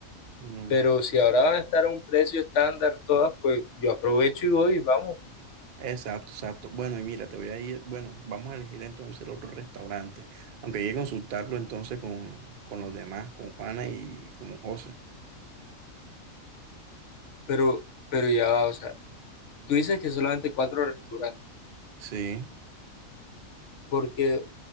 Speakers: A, on the right; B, on the left.
A: Mm,
B: Pero si ahora van a estar a un precio estándar todas, pues yo aprovecho y voy, vamos.
A: exacto, exacto. Bueno, y mira, te voy a ir, bueno, vamos a elegir entonces el otro restaurante, aunque hay que consultarlo entonces con, con los demás, con Juana y con José.
B: Pero, pero ya va, o sea. Tú dices que solamente cuatro restaurantes,
A: Sí,
B: porque